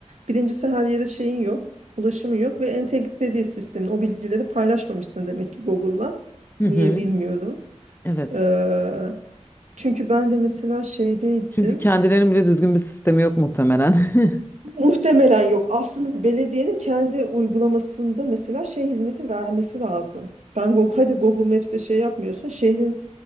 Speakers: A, on the right; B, on the left.
A: birincisi her yere şeyin yok ulaşımın yok ve entegre değil sistemin o bilgileri paylaşmamışsın demek ki Google'la
B: Hı
A: niye
B: hı.
A: bilmiyorum.
B: Evet.
A: Ee, çünkü ben de mesela şeydeydim
B: Çünkü kendilerinin bile düzgün bir sistemi yok muhtemelen. <laughs>
A: Muhtemelen yok. Aslında belediyenin kendi uygulamasında mesela şey hizmeti vermesi lazım. Ben Google, hadi Google Maps'te şey yapmıyorsun. Şehrin